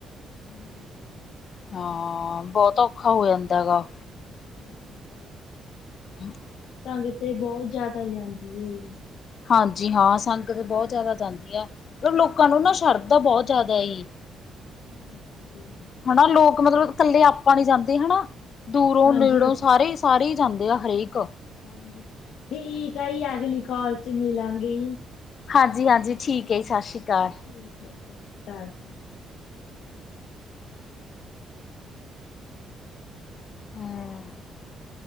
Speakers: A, on the left; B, on the left.
A: ਹਾਂਜੀ
B: ਹਾਂ ਬੌਤ ਔਖਾ ਹੋ ਜਾਂਦਾ ਹੈਗਾ।
A: ਹਾਂਜ
B: ਹਮ <inaudible>
A: ਤੰਗ ਤੇ ਬਹੁਤ ਜ਼ਿਆਦਾ ਜਾਂਦੀ ਏ
B: ਹਾਂਜੀ ਹਾਂ ਸੰਗਤ ਬੌਤ ਜ਼ਿਆਦਾ ਜਾਂਦੀ ਐ ਮਤਲ ਲੋਕਾਂ ਨੂੰ ਨਾ ਸ਼ਰਧਾ ਬੌਤ ਜ਼ਿਆਦਾ ਈ।
A: ਹਾਂਜੀ
B: ਹਣਾ ਲੋਕ ਮਤਲਬ ਕੱਲੇ ਆਪਾਂ ਨੀ ਜਾਂਦੇ ਹਨਾ ਦੂਰੋਂ
A: ਹਾਂਜੀ
B: ਨੇੜੋ ਸਾਰੇ ਸਾਰੇ ਈ ਜਾਂਦੇ ਆ ਹਰੇਕ।
A: ਹਾਂਜੀ ਠੀਕ ਆ ਜੀ ਅਗਲੀ ਕਾੱਲ ਚ ਮਿਲਾਂਗੇ
B: ਹਾਂਜੀ, ਹਾਂਜੀ ਠੀਕ ਐ ਜੀ ਸਾਸ਼੍ਰੀਕਾਲ।
A: ਠੀਕ ਐ ਸਾਸ਼੍ਰੀਕਾਲ ਜੀ
B: ਹੁੰ